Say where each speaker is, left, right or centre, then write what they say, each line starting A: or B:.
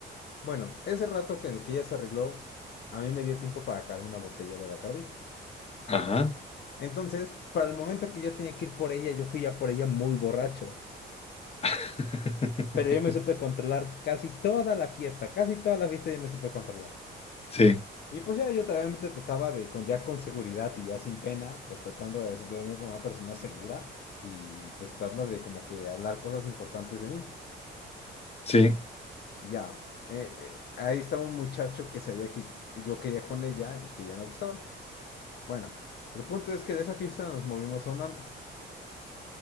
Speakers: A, on the left; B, on the left.
A: Bueno, ese rato que en el que ella se arregló, a mí me dio tiempo para sacar una botella de Bacardí.
B: Ajá.
A: Entonces, para el momento que yo tenía que ir por ella, yo fui ya por ella muy borracho.
B: <laughs>
A: Pero yo me supe controlar casi toda la fiesta, casi toda la fiesta yo me supe controlar.
B: Sí,
A: Y pues ya yo obviamente trataba de, con, ya con seguridad y ya sin pena, pues tratando de verme como una persona segura y pues tratando de como que hablar cosas importantes de mí.
B: sí,
A: Y ya, eh, eh, ahí estaba un muchacho que sabía que yo quería con ella y que ella me gustaba. Bueno, el punto es que de esa fiesta nos movimos a un antro.